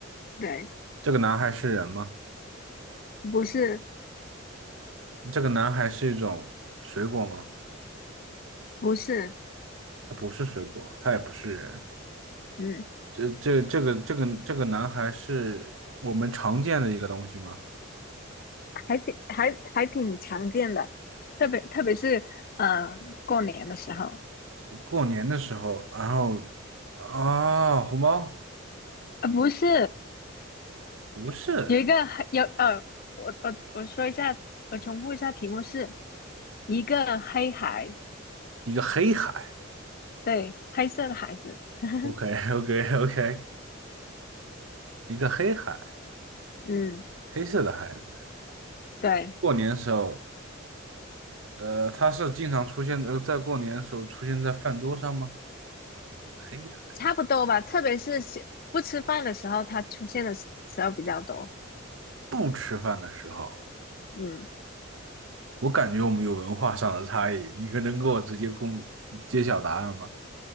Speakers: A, on the left; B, on the right.
A: 对，
B: 这个男孩是人吗？
A: 不是，
B: 这个男孩是一种水果吗？
A: 不是，
B: 他不是水果，他也不是人。
A: 嗯，
B: 这这这个这个这个男孩是我们常见的一个东西吗？
A: 还挺还还挺常见的，特别特别是呃过年的时候，
B: 过年的时候，然后啊，红包
A: 呃，不是
B: 不是
A: 有一个黑有呃，我我我说一下，我重复一下题目是一个黑孩，
B: 一个黑海
A: 对，黑色的孩子，<laughs>
B: ，OK <laughs> OK OK，一个黑海，
A: 嗯，
B: 黑色的孩子。
A: 对。
B: 过年的时候，呃，他是经常出现呃，在过年的时候出现在饭桌上吗？黑海
A: 差不多吧，特别是喜不吃饭的时候，它出现的时时候比较多。
B: 不吃饭的时候，
A: 嗯，
B: 我感觉我们有文化上的差异，你可能给我直接公揭晓答案吗？